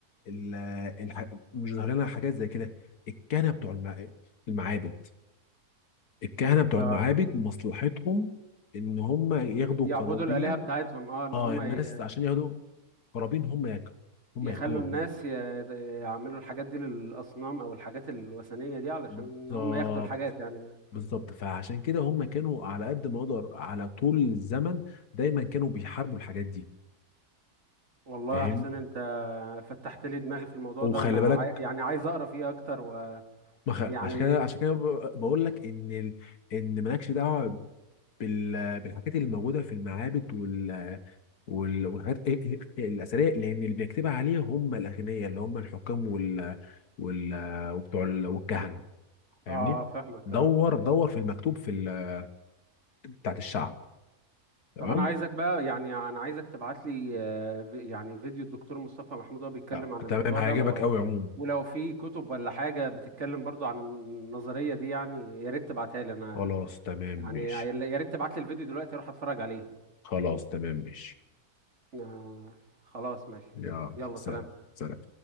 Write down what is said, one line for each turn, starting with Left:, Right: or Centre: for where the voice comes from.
Left: ال- الح... مش ظاهر لنا حاجات زي كده الكهنه بتوع الم... المعابد الكهنه بتوع
Right: آه.
Left: المعابد مصلحتهم ان هم ياخدوا
Right: يعبدوا
Left: قرابين
Right: الآلهة بتاعتهم اه ان
Left: اه
Right: هم
Left: الناس
Right: ي-
Left: عشان ياخدوا قرابين هم ياك... هم
Right: يخلوا
Left: ياخدوها
Right: الناس
Left: هم
Right: ي- يعملوا الحاجات دي للأصنام او الحاجات الوثنية دي علشان
Left: بالظبط
Right: هم ياخدوا الحاجات يعني
Left: بالظبط فعشان كده هم كانوا على قد ما يقدر على طول الزمن دايما كانوا بيحاربوا الحاجات دي
Right: والله
Left: فاهم
Right: يا حسين انت فتحت لي دماغي في الموضوع
Left: وخلي
Right: ده وانا
Left: بالك
Right: عاي... يعني عايز اقرا فيه اكتر
Left: ما خ-
Right: ويعني
Left: عشان كده عشان كده ب- بقول لك ان ال... ان مالكش دعوه بال... بالحاجات اللي موجوده في المعابد وال... وال... والحاجات ال- ال- الاثريه لان اللي بيكتبها عليها هم الاغنياء اللي هم الحكام وال... وال... وبتوع ال... والكهنه فاهمني
Right: اه آه، فاهمك
Left: دور
Right: اه
Left: دور في المكتوب في ال... بتاعت الشعب تمام
Right: طب انا عايزك بقى يعني انا عايزك تبعت لي آه، في- يعني فيديو الدكتور مصطفى محمود وهو بيتكلم
Left: آه،
Right: عن الموضوع
Left: تمام هيعجبك
Right: ده و...
Left: قوي عموما
Right: ولو في كتب ولا حاجة بتتكلم برضو عن النظرية دي يعني يا ريت تبعتها لي انا
Left: خلاص تمام
Right: يعني
Left: ماشي
Right: يا ريت تبعت لي الفيديو دلوقتي اروح اتفرج عليه
Left: خلاص تمام ماشي
Right: آه خلاص ماشي
Left: يلا
Right: يلا
Left: سلام
Right: سلام
Left: سلام